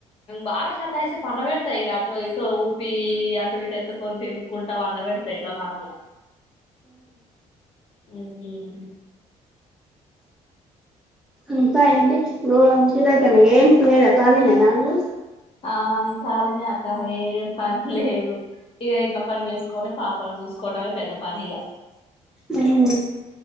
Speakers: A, on the left; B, in the centre.
A: బాగా సతాయిస్తుంటే పండ పెడతా ఈ ఆటో ఇటు ఊపి తిప్పి అటు ఇటు ఎతుక్కొని తిరుగుకుంటా పండ పెడతా ఇట్ల నో అట్ల మ్
B: ఇంకాయేంది నువ్వు ఇంటి దగ్గరనే ఏం తినే రకాలేనా నువ్వు.
A: ఆ నేను ఖాళీనే అక్కా ఏం పని లేదు. ఇక ఇంట్లో పని చేసుకొని పాపని చూసుకోవటమే పెద్ద పని ఇక
B: ఉమ్